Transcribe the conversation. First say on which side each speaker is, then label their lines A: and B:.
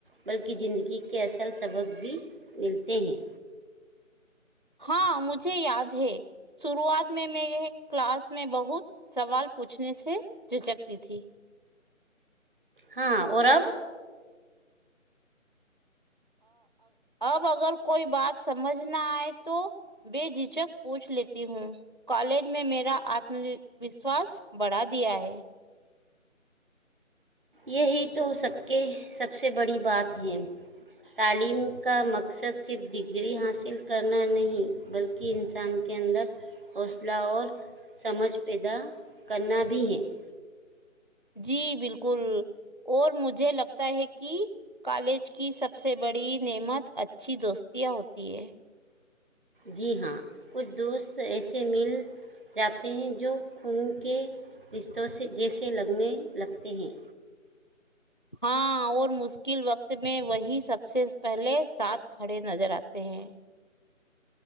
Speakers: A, on the right; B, on the left.
A: بلکہ زندگی کے اصل سبق بھی ملتے ہیں
B: ہاں مجھے یاد ہے شروعات میں میں کلاس میں بہت سوال پوچھنے سے جھجکتی تھی
A: ہاں اورب
B: اب اگر کوئی بات سمجھ نہ آئے تو بےجھجھک پوچھ لیتی ہوں کالج میں میرا آتم وشواس بڑھا دیا ہے
A: یہی تو سب کے سب سے بڑی بات ہے تعلیم کا مقصد صرف ڈگری حاصل کرنا نہیں بلکہ انسان کے اندر حوصلہ اور سمجھ پیدا کرنا بھی ہے <inaudible>
B: جی بالکل اور مجھے لگتا ہے کہ کالج کی سب سے بڑی نعمت اچھی دوستیاں ہوتی ہے
A: جی ہاں کچھ دوست ایسے مل جات ت ہیں جو خون کے رشتوں سے جیسے لگنے لگتے ہیں
B: ہاں اور مشکل وقت میں وہی سب سے پہلے ساتھ کھڑے نظر آتے ہیں